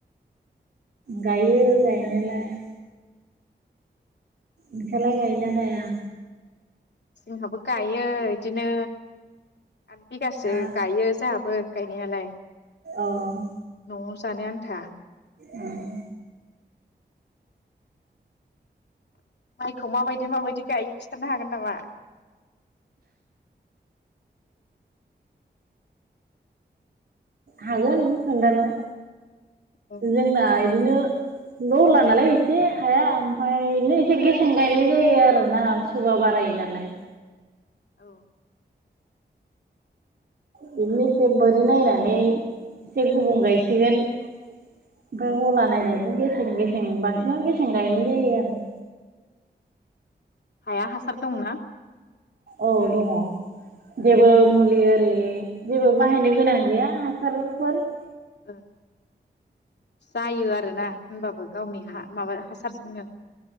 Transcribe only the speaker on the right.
गायो गायनायालाय नोंसालाय गायोना गाया
आ
औ।
उम।
हागोन खोन्थानो।
जोंना इदिनो न' ला नालाय एसे हाया ओमफाय नै एसे गेसें
गायनाय जायो आरो। ना स बारायो नालाय।
बिदिनो एसे बोरि नायनानै एसे गुबुं गायसिगोन। ओमफाय
हला नायनाय <unintelligible> गेसें गेसें बांसिन गेसें गायनाय जायो आरो।
औ दङ' जेबो मुलि ओरि जेबो बाहायनो गोनां गैया हासारफोर।